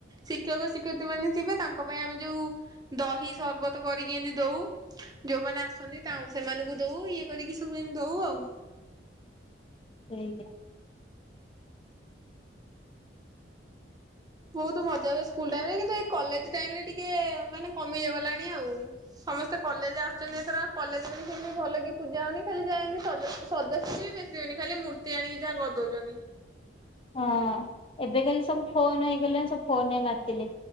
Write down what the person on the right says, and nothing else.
ଶିକ୍ଷକ ଶିକ୍ଷୟିତ୍ରୀ ମାନେ ଥିବେ ତାଙ୍କ ପାଇଁ ଆମେ ଯୋଉ ଦହି ସର୍ବତ କରିକି ଏମିତି ଦଉ। ଯୋଉମାନେ ଆସନ୍ତି ତାଉଁ ସେମାନଙ୍କୁ ଦଉ ଇଏ କରିକି ସବୁ ଏମିତି ଦଉ ଆଉ।
ବହୁତ ମଜା ହୁଏ ସ୍କୁଲ ଟାଇମ ରେ କିନ୍ତୁ ଏଇ କଲେଜ ଟାଇମ ରେ ଟିକେ ମାନେ କମି ଗଲାଣି ଆଉ। ସମସ୍ତେ କଲେଜ ଆସ ଛନ୍ତି ଏଥର ଆଉ କଲେଜରେ ବି ସେମିତି ଭଲ କି ପୂଜା ହଉନି ଖାଲି ଯା ଏମିତି ସଜ ସଜ୍ଜାସଜ୍ଜୀ ବି ବେଶ ହଉନି ଖାଲି ମୂର୍ତ୍ତ ତି ଆଣିକି ଯାହା କରିଦଉଛନ୍ତି।